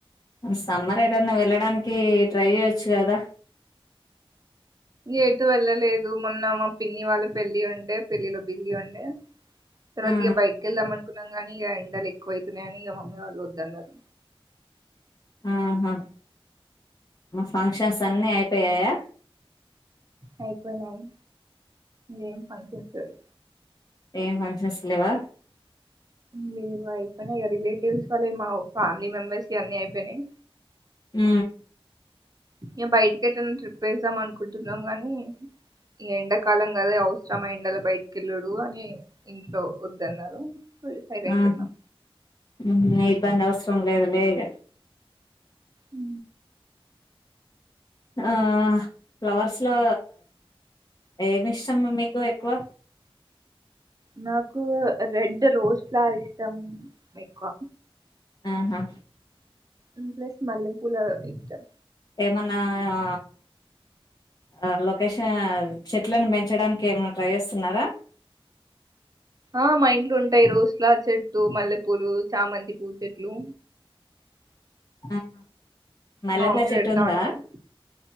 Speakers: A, on the left (about 45°); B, on the right (about 40°).
A: సమ్మర్ ఎటన్న వెళ్ళడానికి ట్రై చేయచ్చు కదా
B: ఎటు వెళ్ళలేదు మొన్న మా పిన్ని వాళ్ళ పెళ్ళి ఉండె. పెళ్ళిలో బిజి ఉండె. తర్వాత
A: ఆ
B: ఇగ బైటికెళ్దామ్ అనుకున్ న్నాం గానీ ఇగ ఎండలు ఎక్కువైతున్నాయని ఇగ మమ్మీ వాళ్ళు వద్దన్నారు.
A: ఆహా ఫంక్షన్స్ అన్నీ అయిపోయాయా
B: అయిపోయినాయి. ఏం ఫంక్షన్సో అ
A: ఏం ఫంక్షన్స్ లేవా
B: లేవ్ అయిపోయినాయి ఇగ రిలేటివ్స్ వాళ్ళ మా ఫ్యామిలీ మెంబర్స్ వి అన్నీ అయిపోయినాయి.
A: ఉ
B: ఇగ బయటికి ఎటన్నా ట్రిప్ ఏస్దాం అనుకుంటున్నాం గానీ, ఈ ఎండాకాలం కదా అవసరమా ఎండలో బయటికి వెళ్ళడు అని ఇంట్లో వద్దన్నారు. సైలెంట్
A: ఆహ
B: ఉన్నాం
A: ఉం అయి దాని అవసరం లేదులే ఇగ
B: ఉ
A: ఆ ఫ్లవర్స్ లో ఏమిష్టం మీకు ఎక్కువ?
B: నాకు రెడ్ రోస్ ఫ్లవర్ ఇష్టం ఎక్కువ.
A: ఆహా
B: మ్మ్ ప్లస్ మల్లెపూల ఇష్టం
A: ఏమన్నా ఆ, ఆ లొకేషన్ చెప్ చెట్లను పెంచడానికి ఏమైనా ట్రై చేస్తున్నారా?
B: ఆ మా ఇంట్లో ఉంటాయి రోస్ ఫ్లవర్ చెట్టు మల్లెపూలు చామంతి పూ చెట్లు
A: ఆహా మల్లెపూ
B: మా మమ్మీ
A: చెట్టుందా?
B: పెడతా ఉంటది